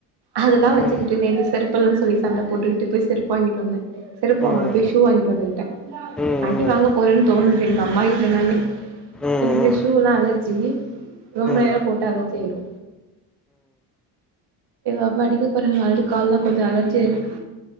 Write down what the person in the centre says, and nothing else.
ம் ம்
ம்
ம் ம் ம்
ம்
ம்